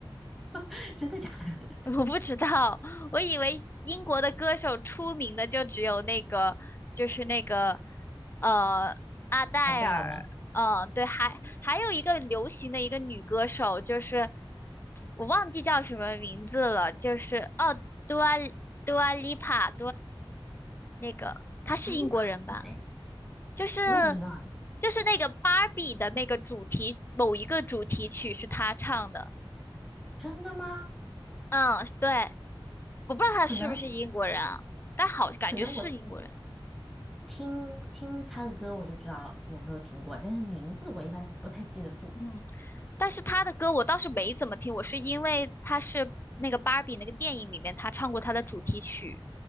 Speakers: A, in the centre; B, on the left.
A: <laughs> 真的假的
B: <laughs> 我不知道，我以为英国的歌手出名的就只有那个，就是那个，呃，阿黛尔，
A: d a <laughs> 吗？
B: 嗯，对，还还有一个流行的一个女歌手，就是我忘记叫什么名字了，就是哦，Dua Dua l i p a 那个她是英国人吧？
A: 阿丽帕是谁啊？
B: 就是
A: 我也不知道哎。
B: 就是那个芭比的那个主题，某一个主题曲是她唱的，
A: 真的吗？
B: 嗯，对。我不知道他是不是英国人啊，
A: 可能
B: 但好感觉是英国人。
A: 可能我听听他的歌，我就知道有没有听过，但是名字我一般不太记得住。
B: 嗯，但是他的歌我倒是没怎么听，我是因为他是那个芭比那个电影里面他唱过他的主题曲，